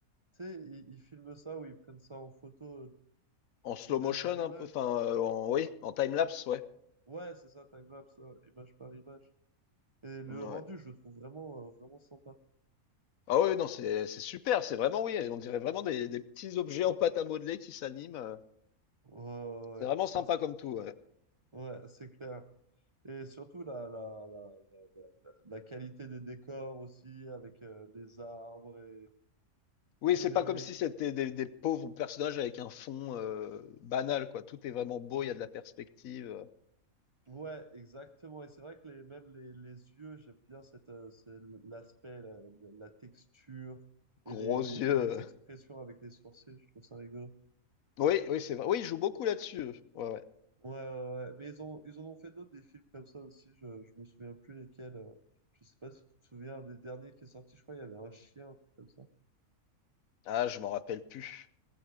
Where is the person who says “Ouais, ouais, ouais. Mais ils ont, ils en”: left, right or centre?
Right